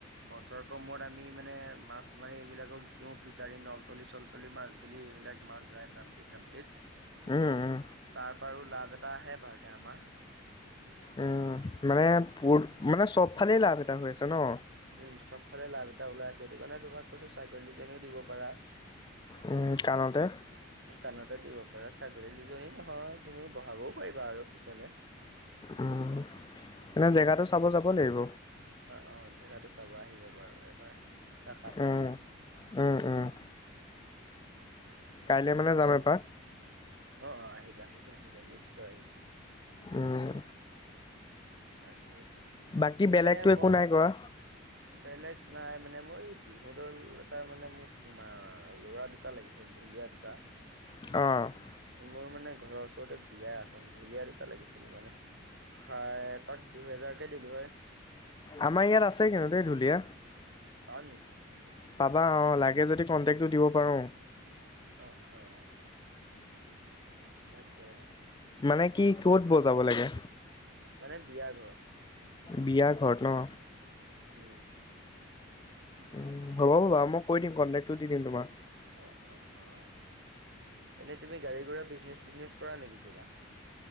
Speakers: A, on the right; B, on the left.
A: বছৰক মূৰত আমি মানে মাছ। মানে এইবিলাকক দিওঁ ফিচাৰী নলতলী চলতলি মাছ বুলি এইবিলাক মাছ যায় পাম্প্লিত চাম্প্লিত। <unintelligible>
B: উম উম।
A: তাৰ পাৰো লাভ এটা আহে বাৰতে আমাৰ।
B: উম মানে পুৰ মানে চব ফালেই লাভ এটা হৈ আছে ন।
A: উম চব ফালে লাভ এটা ওলাইছে সেইটো কাৰণে যোভাগ কৰিছো ছাগলী দুজনীও দিব পাৰা।
B: উম কণতে।
A: <inaudible> কাণতে দিব পাৰা ছাগলী দুজনী নহয় তুমি বহাবও পাৰিবা আৰু পিছলে।
B: উম এনে জেগাতটো চাব যাব লাগিব।
A: অ অ জেগাটো চাব আহিব বাৰু এবাৰ আখা থাকিল।
B: উম। উম উম। কাইলৈ মানে
A: তাকে
B: যাম এপাক,
A: অ অ আহিবা আহিবা আহিবা নিশ্চয় আহিবা।
B: উম।
A: তাকে
B: বাকী
A: মানে
B: বেলেগতো
A: ম।
B: একো নাই কৰা?
A: বেলেগ নাই মানে মই বিহু দল এটা মানে মোক মা ল'ৰা দু। টা লাগিছিল ঢুলীয়া দুটা।
B: অ।
A: মোৰ মানে ঘৰৰ ওচৰতে বিয়া এখন ঢুলীয়া দুটা লাগিছিল মানে। খাই তাক দুহেজাৰকে দিলো হয়।
B: আমাৰ ইয়াত আছে কিন্তু দে ঢুলীয়া।
A: পাম নেকি
B: পাবা অ লাগে যদি কণ্টেক্টটো দিব পাৰো।
A: অ অ। তাকে।
B: মানে কি ক'ত বজাব লাগে।
A: মানে বিয়া ঘৰত
B: বিয়া ঘৰত ন
A: অ
B: উ হ'ব ব'বা মই কৈ দিম কণ্টেক্টটো দি দিম তোমাক
A: অঁ অঁ অঁ এনেই তুমি গাড়ী ঘোৰা বিজনেছ চিজনেছ কৰা নেকি কিবা <inaudible>